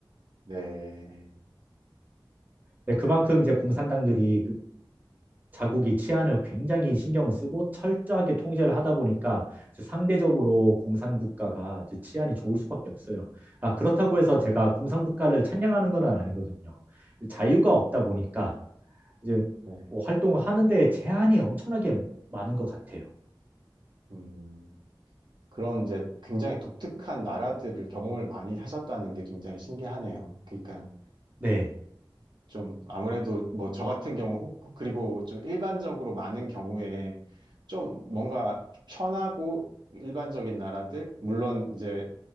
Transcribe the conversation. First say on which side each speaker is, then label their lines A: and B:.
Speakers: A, on the right (about 60°); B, on the right (about 20°).
A: 네,
B: 네, 그만큼 이제 공산당들이 그 자국이 치안을 굉장히 신경을 쓰고 철저하게 통제를 하다 보니까 이제 상대적으로 공산 국가가 이제 치안이 좋을 수밖에 없어요. 아, 그렇다고 해서 제가 공산 국가를 찬양하는 건 아니거든요. 자유가 없다 보니까 이제
A: 네.
B: 뭐 활동을 하는데 제한이 엄청나게 많은 것 같아요.
A: 음, 그런 이제 굉장히 독특한 나라들을 경험을 많이 하셨다는 게 굉장히 신기하네요. 그러니까
B: 네,
A: 좀 아무래도 뭐 저 같은 경우 혹- 그리고 좀 일반적으로 많은 경우에 좀 뭔가 편하고 일반적인 나라들 물론 이제